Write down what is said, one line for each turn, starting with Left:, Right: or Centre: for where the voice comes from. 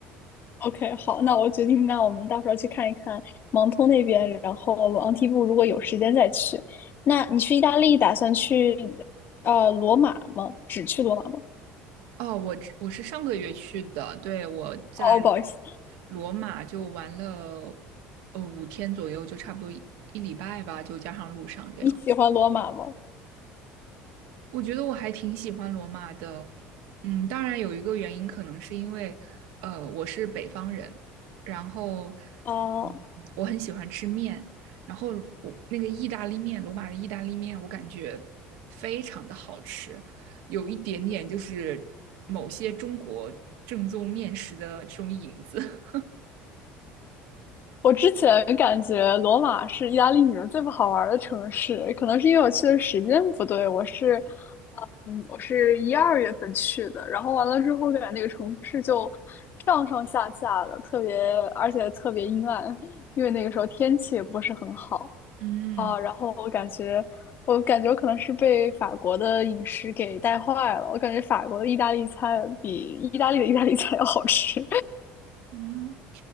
Left: OK，好，那我决定，那我们到时候去看一看盲通那边，然后昂蒂布如果有时间再去。那你去意大利打算去呃罗马吗？只去罗马吗？
Right: 哦，我只我是上个月去的，对，我在
Left: 哦，不好意思，
Right: 罗马就玩了呃五天左右，就差不多一一礼拜吧，就加上路上这样。
Left: 你喜欢罗马吗？
Right: 我觉得我还挺喜欢罗马的，嗯，当然有一个原因可能是因为，呃，我是北方人，然后，
Left: 啊、
Right: 嗯，我很喜欢吃面，然后我那个意大利面，罗马的意大利面，我感觉非常的好吃，有一点点就是某些中国正宗面食的这种影子，
Left: 我之前感觉罗马是意大利里面最不好玩儿的城市，可能是因为我去的时间不对。我是，嗯，我是一二月份去的，然后完了之后，感觉那个城市就上上下下的，特别，而且特别阴暗，因为那个时候天气也不是很好
Right: <laughs> 嗯。
Left: 啊。然后我感觉，我感觉我可能是被法国的饮食给带坏了。我感觉法国的意大利菜比意大利的意大利菜要好吃。
Right: 嗯，